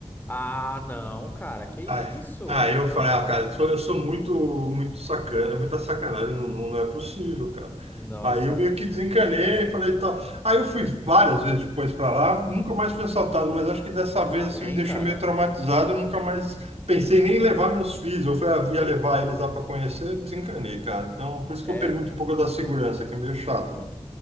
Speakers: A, on the left; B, on the right.
A: Ah, não, cara, que isso?
B: Ai, ah, eu
A: Não.
B: falei, ah, cara, eu sou, eu sou muito, muito sacana, é muita sacanagem, não, não não é possível, cara.
A: Nossa.
B: Aí eu meio que desencanei, falei, tal. Aí eu fui várias vezes depois pra lá, nunca mais fui assaltado, mas acho que dessa vez,
A: Amém,
B: assim, me deixou
A: cara.
B: meio traumatizado, eu nunca mais pensei nem em levar meus filhos, eu fui, ah, ia levar eles lá pra conhecer, desencanei, cara. Então, por isso que
A: É,
B: eu pergunto um pouco da segurança, que é meio chato, né?